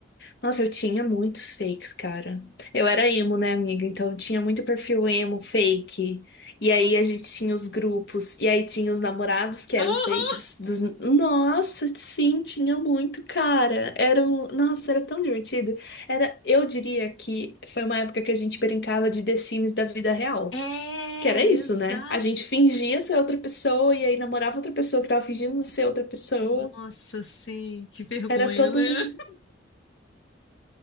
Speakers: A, on the left; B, on the left.
A: Nossa, eu tinha muitos fakes, cara. Eu era emo, né, amiga? Então eu tinha muito perfil emo, fake. E aí a gente tinha os grupos. E aí tinha os namorados que
B: Aham.
A: eram fakes. dos- Nossa, sim, tinha muito, cara. Era um... Nossa, era tão divertido. Era... Eu diria que foi uma época que a gente brincava de The Sims da vida real.
B: É,
A: Que era isso,
B: exato.
A: né? A gente fingia ser outra pessoa e aí namorava outra pessoa que tava fingindo ser outra pessoa.
B: Nossa, sim, que vergonha,
A: Era todo
B: né?
A: um.